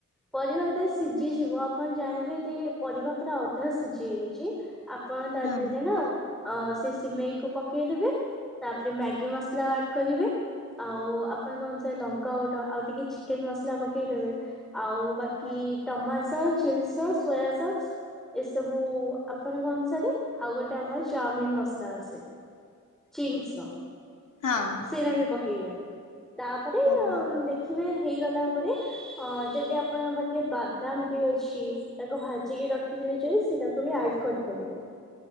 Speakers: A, in the centre; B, on the left.
A: ପରିବା ଯେତେ ସିଝିଯିବ ଆପଣ ଜାଣିବେ ଯେ ପରିବା ପୁରା ଅଧା ସିଝି ଯାଇଛି ଆପଣ ତା
B: ହଁ
A: ଦେରେ ନା ଅ ସେ ସିମେଇକୁ ପକେଇ ଦବେ ତାପରେ ମ୍ୟାଗି ମସଲା। କରିବେ ଆଉ ଆପଣଙ୍କ ଅନୁସାରେ ଲଙ୍କା ଗୋଣ୍ଡ ଆଉ ଟିକେ ଚିକେନ ମସଲା ପକେ ପକେଇଦବେ ଆଉ ବାକି।
B: ହଁ ଆଚ୍ଛା
A: tomato sauce ଚେଲ୍ sauce soya sauce ଏସବୁ ଆପଣଙ୍କ ଅନୁସାରେ ଆଉ ଗୋଟେ।। ଆଉ ଗୋଟେ ଆମର ଚଅମୀନ୍ ମସଲା ଆସେ ଚିଙ୍ଗସ ର।
B: ହଁ।
A: ସେଇଟା ବି ପକେଇବେ ତାପରେ
B: ହୋଉ।
A: ଦେଖିବେ ହେଇଗଲା ପରେ, ଅ ଯଦି ଆପଣଙ୍କ ପାଖେ ବାଦାମ ବି ଅଛି। ତାକୁ ଭାଜିକି ରଖିଥିବେ ଯ ସେଇଟାକୁ ବି ଆଡ୍ କରିପାରିବେ